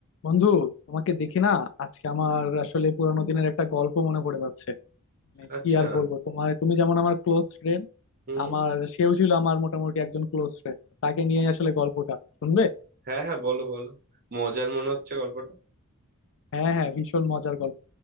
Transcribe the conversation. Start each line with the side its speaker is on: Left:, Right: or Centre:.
Left: বন্ধু তোমাকে দেখি না আজকে আমার আসলে পুরানো দিনের একটা গল্প মনে পড়ে যাচ্ছে মানে
Right: আচ্ছা
Left: কি আর বলবো তোমার তুমি যেমন আমার ক্লোজ ফ্রেন্ড
Right: হুম
Left: আমার সেও ছিল আমার মোটামুটি একজন ক্লোজ ফ্রেন্ড তাকে নিয়ে আসলে গল্পটা শুনবে
Right: হ্যাঁ হ্যাঁ বলো বলো মজার মনে হচ্ছে গল্পটা
Left: হ্যাঁ হ্যাঁ ভীষণ মজার গল্প